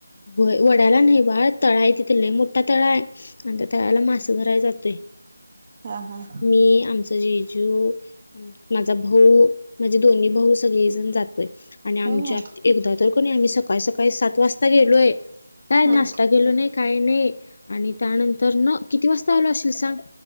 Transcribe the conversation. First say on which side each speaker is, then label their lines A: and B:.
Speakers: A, on the left (about 40°); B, on the right (about 30°).
A: व्हयं वड्याला नाही बाळ तळा आहे तिथ लय मोठा तळा आहे, आणि त्या तळ्याला मास धरायला जातोय.
B: हा हा.
A: मी आमचा जिजू माझा भाऊ माझे दोन्ही भाऊ सगळेजण जात आणि आमच्या
B: होय.
A: एकदा तर कणी आम्ही सकाळी सकाळी सात वाजता गेलोय काय
B: हम्म
A: नाश्ता गेलो नाही काही नाही आणि, त्यानंतर न किती वाजता आलो असेल सांग